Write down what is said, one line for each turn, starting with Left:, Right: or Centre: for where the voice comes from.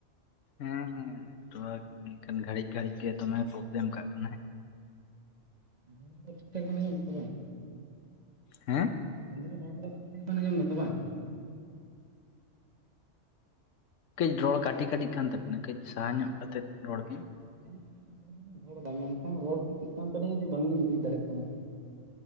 Left: ᱦᱮᱸ ᱦᱮᱸ ᱱᱮᱴᱣᱟᱨᱠᱟ ᱢᱮᱱᱠᱷᱟᱱ ᱜᱷᱟᱲᱤᱡ ᱜᱷᱲᱤᱡ ᱜᱮ ᱫᱚᱢᱮ ᱯᱨᱚᱵᱞᱮᱢ ᱠᱟᱜ ᱠᱟᱱᱟᱭ
Right: ᱦᱩᱸ ᱨᱚᱲ ᱠᱚᱫᱚ ᱴᱷᱤᱠ ᱴᱷᱟᱠ ᱵᱮᱱ ᱟᱡᱚᱢ ᱫᱟ ᱛᱚ ᱵᱟᱝ
Left: ᱦᱮᱸ
Right: ᱢᱮᱱᱫᱟᱞᱤᱧ ᱦᱚᱲ ᱠᱚᱫᱚ ᱴᱷᱤᱠ ᱴᱷᱟᱠ ᱵᱮᱱ ᱟᱸᱚᱢ ᱫᱟ ᱛᱚ ᱵᱟᱝ
Left: ᱠᱟᱹᱡ ᱨᱚᱲ ᱠᱟᱹᱴᱤ ᱠᱟᱹᱴᱤᱡ ᱠᱟᱱ ᱛᱟᱵᱤᱱᱟ ᱠᱟᱹᱡ ᱥᱟᱦᱟ ᱧᱚᱜ ᱠᱟᱛᱮᱫ ᱨᱚᱲ ᱵᱤᱱ
Right: ᱥᱟᱦᱟᱧᱚᱜ ᱠᱟᱛᱮ ᱜᱮᱞᱤᱧ ᱨᱚᱲ ᱮᱫᱟ ᱢᱮᱱᱠᱷᱟᱱ ᱨᱚᱲ ᱪᱤᱠᱟᱹᱜ ᱠᱟᱱ ᱛᱟᱞᱤᱧᱟ ᱡᱮ ᱵᱟᱝᱞᱤᱧ ᱵᱩᱡᱽ ᱫᱟᱲᱮᱭᱟᱜ ᱠᱟᱱᱟ